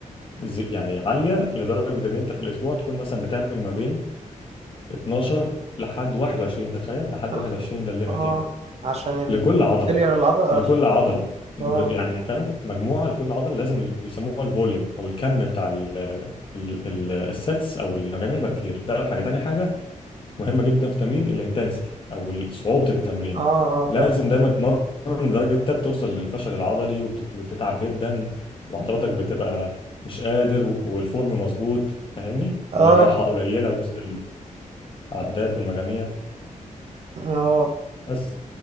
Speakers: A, on the left; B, on the right.
A: زي- يعني عالية لدرجة إن أنت في الأسبوع تكون مثلا بتعمل ما بين 12 لحد 21 تخيل لحد
B: اه
A: 21 ده الليميت
B: آه،
A: يعني
B: عشان الفيلير
A: لكل عضلة
B: العضله
A: لكل عضلة يعني
B: اه
A: فاهم مجموعة لكل عضلة لازم ال- بيسموها الفوليوم أو الكم بتاع ال- ال- ال- السيتس أو المجاميع يبقى كتير ده أول حاجة تاني حاجة مهمه جدا في تمرين الانتنسيتي او صعوبه التمرين
B: اه اه
A: لازم
B: فاهم
A: دايما تمرن لدرجه انت بتوصل للفشل العضلي وبتت- وبتتعب جدا وعضلاتك بتبقى مش قادر و- والفورم مظبوط فاهمني
B: اه
A: والراحه قليله وسط العدات والمجاميع
B: اه
A: بس